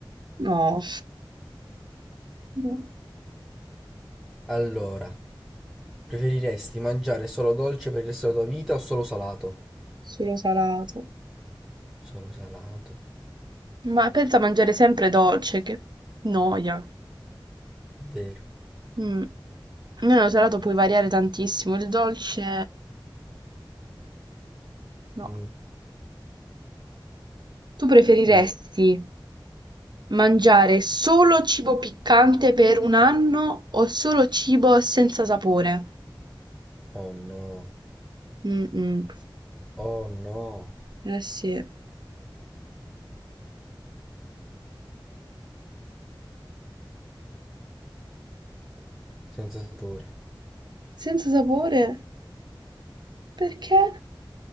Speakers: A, on the right (about 55°); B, in the centre.
A: No, no,
B: Allora, preferiresti mangiare solo dolce per il resto della tua vita o solo salato?
A: solo salato.
B: Solo salato,
A: Ma pensa a mangiare sempre dolce, che noia.
B: è vero.
A: Mm. Almeno lo salato puoi variare tantissimo, il dolce no.
B: Mm,
A: Tu preferiresti
B: giusto.
A: mangiare solo cibo piccante per un anno o solo cibo senza sapore?
B: Oh no.
A: Mm-mm.
B: Oh no.
A: Eh sì.
B: Senza sapore.
A: Senza sapore? Perché?